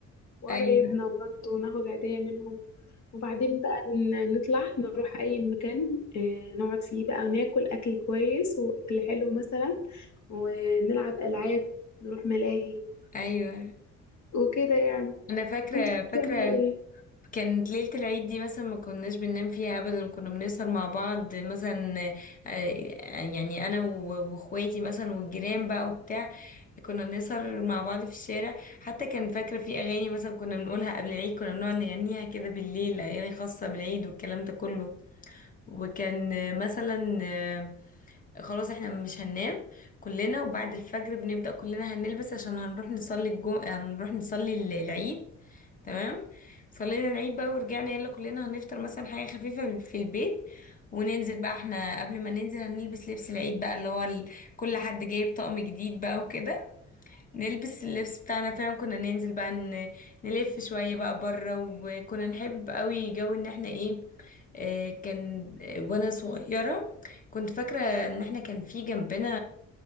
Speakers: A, on the left; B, on the left.
A: وقرايبنا
B: ايوه
A: برضه ناخد عيدية منهم وبعدين بقى ن- نطلع نروح أي مكان آه نقعد فيه بقى وناكل أكل كويس وأكل حلو مثلا ونلعب ألعاب نروح ملاهي
B: ايوه
A: وكده يعني
B: انا فاكره
A: وانت كنت
B: فاكره
A: بتعملي ايه؟
B: كانت ليله العيد دي مثلا ما كناش بننام فيها ابدا كنا بنسهر مع بعض مثلا آه، آه، يعني انا و- واخواتي مثلا والجيران بقى وبتاع كنا نسهر مع بعض في الشارع حتى كان فاكره في اغاني مثلا كنا بنقولها قبل العيد كنا بنقعد نغنيها كده بالليل اغاني خاصه بالعيد والكلام ده كله وكان مثلا آه، خلاص احنا مش هننام كلنا وبعد الفجر بنبدأ كلنا هنلبس عشان هنروح نصلي الجم... هنروح نصلي ال- العيد تمام صلينا العيد بقى ورجعنا يلا كلنا هنفطر مثلا حاجة خفيفة في البيت وننزل بقى احنا قبل ما ننزل هنلبس لبس العيد بقى اللي هو ال... كل حد جايب طقم جديد بقى وكده نلبس اللبس بتاعنا فعلا كنا ننزل بقى ن- نلف شوية بقى بره وكنا نحب قوي جو ان احنا ايه آه، كان آه، وانا صغيرة كنت فاكرة ان احنا كان في جنبنا